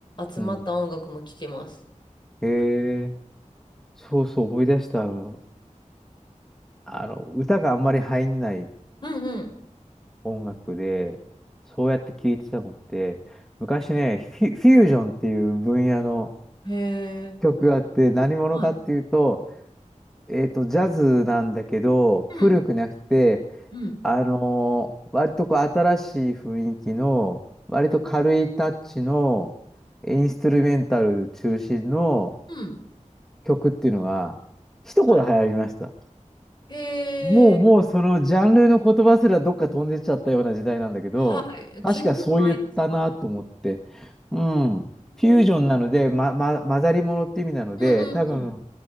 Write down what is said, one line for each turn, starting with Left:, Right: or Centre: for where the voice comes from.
Left: 集まった音楽も聴けます。
Centre: うん。へえ、そうそう、思い出した。あの、あの歌があんまり入んない
Left: うんう
Centre: 音楽で、そうやって聴いてたのって、昔ね、フィ、フュージョンっていう分野の、
Left: ん。へえ。
Centre: 曲があって、何者かっていうと、
Left: はい。
Centre: えっと、ジャズなんだけど、
Left: うん。
Centre: 古くなくて、
Left: うん。
Centre: あのー割とこう新しい雰囲気の、割と軽いタッチの、インストゥルメンタル中心の
Left: うん。
Centre: 曲っていうのが、一頃流行りました。
Left: はい。へえ。
Centre: もう、もうそのジャンルの言葉すらどっか飛んでっちゃったような時代なんだけど、
Left: はい。聞いたことないです。
Centre: 確かそう言ったなと思って。
Left: はい。
Centre: うん。フュージョンなので、
Left: うんうん
Centre: ま、ま、混ざり物って意味なので、
Left: うんうん。
Centre: 多分、